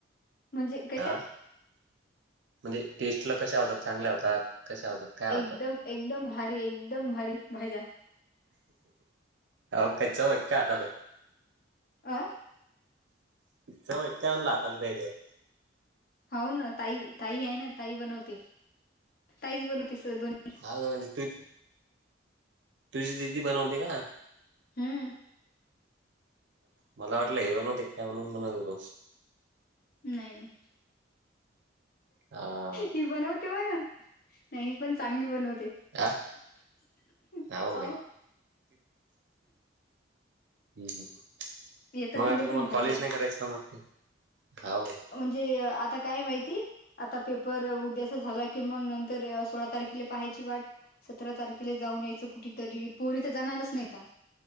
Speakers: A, on the left; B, on the right.
A: म्हणजे कशा?
B: हा म्हणजे टेस्ट ला कशा होतात चांगल्या होतात कशा होतात? काय होतात
A: एकदम एकदम भारी एकदम भारी भाज्या
B: हाव का चव हाय का हाताला
A: अह
B: चव आहे का म्हणलं हाताला त्यांच्या
A: हाव ना ताई ताई आहे ना ताई बनवते ताईच बनवते स दोन
B: <unintelligible> तुझी दिदी बनवते का?
A: हम्म.
B: मला वाटलं हे बनवते काय म्हणून म्हणत होतो.
A: नाही नाही.
B: हा.
A: ती बनवते म्हणून नाही ही पण चांगली बनवते ते.
B: हा हो
A: अहो
B: काय हम्
A: येत
B: मग
A: तिले
B: आता तुम्हाला
A: पण भाज्या
B: कॉलेज नाही करायचं का मग ते हाव
A: जे आता काय माहिती आता पेपर उद्याचा झाला कि मग नंतर सोळा तारखेला पाहायची वाट सतरा तारखेला जाऊन यायचं कुठेतरी पोरी तर जाणारच नाही आता